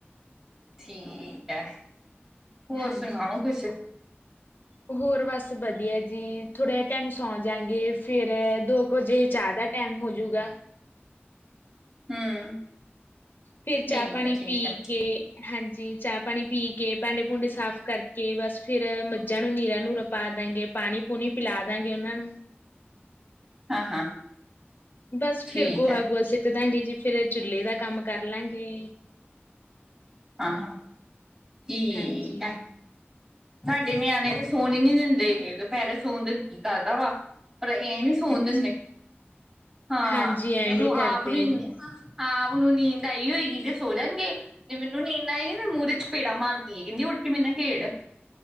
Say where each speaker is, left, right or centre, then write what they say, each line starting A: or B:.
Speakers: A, on the right; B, on the left.
A: ਠੀਕ ਹੈ, ਹੋਰ
B: ਹਾਂਜੀ।
A: ਸੁਣਾਓ ਕੁਛ?
B: ਹੋਰ ਬਸ ਵਧੀਆ ਜੀ, ਥੋੜ੍ਹਾ ਜਿਹਾ ਟਾਈਮ ਸੌਂ ਜਾਗੇ ਫੇਰ ਦੋ ਕੁ ਵਜੇ ਚਾਹ ਦਾ ਟਾਈਮ ਹੋਜੂਗਾ।
A: ਹਮ <unintelligible>
B: ਫੇਰ
A: ਠੀਕ
B: ਚਾਹ ਪਾਣੀ
A: ਹੈ ਠੀਕ
B: ਪੀ
A: ਹੈ
B: ਕੇ ਹਾਂਜੀ, ਚਾਹ ਪਾਣੀ ਪੀ ਕੇ ਭਾਂਡੇ- ਭੂੰਡੇ ਸਾਫ਼ ਕਰਕੇ ਬਸ ਫਿਰ ਮੱਝਾਂ ਨੂੰ ਨੀਰਾਂ ਨੂਰਾ ਪਾ ਦਾਂਗੇ ਪਾਣੀ ਪੂਣੀ ਪਿਲਾ ਦਾਂਗੇ ਉਹਨਾਂ ਨੂੰ।
A: ਹਾਂ, ਹਾਂ।
B: ਬਸ
A: ਠੀਕ
B: ਫੇਰ ਗੋਹਾ-
A: ਹੈ
B: ਗੋਹਾ ਸਿੱਟ ਦਾਂਗੇ ਜੀ ਫੇਰ ਚੁਲੇ ਦਾ ਕੰਮ ਕਰ ਲਾਂਗੇ।
A: ਹਾਂ, ਹਾਂ ਠੀਕ
B: ਹਾਂਜੀ
A: ਆ। ਸਾਡੇ ਨਿਆਣੇ ਤਾਂ ਸੋਣ ਹੀ ਨਹੀਂ‌ ਦਿੰਦੇ ਦੁਪਿਹਰੇ ਸੋਣ ਦਿਲ ਕਰਦਾ ਵਾ ਪਰ ਇਹ ਨੀ ਸੋਣ
B: ਅੱਛਾ
A: ਦਿੰਦੇ ਆਂ
B: ਹਾਂਜੀ ਐਵੇਂ
A: ਇਹਨੂੰ
B: ਕਰਦੇ
A: ਆਪ ਨੀ
B: ਆ ਜੀ
A: ਹਾਂ, ਹੁਣ ਨੀਂਦ ਆਈ ਹੋਏਗੀ ਤੇ ਸੋ ਜਾਣਗੇ। ਜੇ ਮੈਨੂੰ ਨੀਂਦ ਆਈ ਮੂੰਹਤੇ ਪੇੜਾ ਮਾਰਦੀ ਏ ਕਹਿੰਦੀ ਉੱਠ ਕੇ ਮੇਰੇ ਨਾਲ ਖੇਡ।